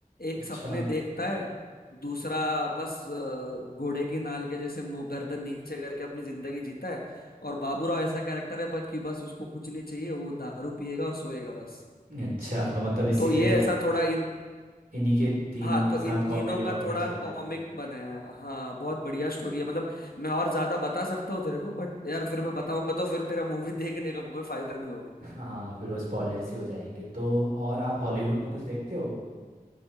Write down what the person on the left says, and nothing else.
एक
सपने देखता है दूसरा बस अ, घोड़े की नाल के जैसे मुंह गर्दन नीचे करके अपनी जिंदगी जीता है और बाबूराव ऐसा कैरेक्टर है बस कि बस उसको कुछ नहीं चाहिए वो दारू पिएगा और सोएगा बस
तो ये
ऐसा थोड़ा इन
हाँ
तो
इन तीनों
का
थोड़ा
कॉमिक
बनाया है हाँ बहुत बढ़िया स्टोरी है मतलब मैं और ज्यादा बता सकता हूँ तेरे को बट यार फिर मैं बताऊंगा तो फिर तेरा मूवी <laughs> देखने का कोई फायदा नहीं होगा